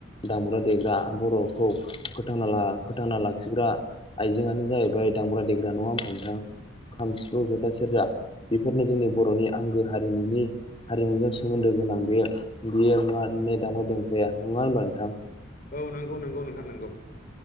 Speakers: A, on the left; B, on the left.
A: दामग्रा देग्रा बर'खौ फोथांनाला- फोथांना लाखिग्रा आइजेंआनो जाहैबाय दामब्रा
B: उम
A: देग्रा। नङा होमबा नोंथां? खाम, सिफुं, जथा, सेरजा बेफोरनो जोंनि बर'नि आंगो हारिमुनि हारिमुजों सोमोन्दो गोनां बे बियो मा दामग्रा देंग्राया नङा होनोमबा नोंथां
B: औ नंगौ नंगौ नोंथां नंगौ।